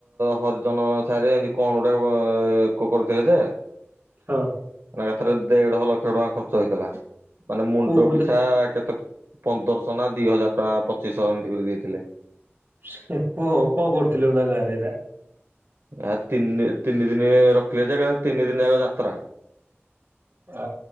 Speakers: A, on the right; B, on the right.
A: ହରିଜନ ସାହିରେ ଏମିତି କଣ ଗୋଟେ କ କରୁଥିଲେ ଯେ
B: ହଁ
A: ମାନେ ଏକାଥରେ ଦେଢ ଲକ୍ଷ ଟଙ୍କା ଖର୍ଚ୍ଚ ହେଇଥିଲା ମାନେ ମୁଣ୍ଡ
B: କୋଉ ପୂଜା
A: ପିଛା କେତେ ପନ୍ଦରଶହ ନା ଦି ହଜାର ଟଙ୍କା ପଚିଶହ ଏମିତି କରି ଦେଇଥିଲେ।
B: ସେ କହ କଣ କରୁଥିଲି ତା ଗାଁରେ ଏଟା
A: ଆ ତିନି ତିନି ଦିନ ରଖିଲେ ଯେ ତିନି ଦିନ ଯାକ ଯାତ୍ରା।
B: ଅ